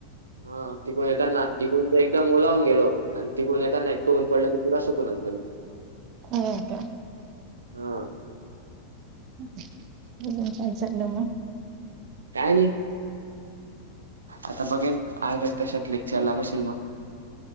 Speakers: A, on the right; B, on the right.
A: हा तिकडुन येताना <unintelligible> ते एकदम ओला होऊन गेलो. आणि तिकडून येताना इतकं ऊन पडलं की पुरा सुकूनचं गेलो.
B: हो का?
A: हा
B: अजून काय चाल्लंय मग?
A: काय नाही आता बघेन आहे तशेच लेक्चरला बसेन मग.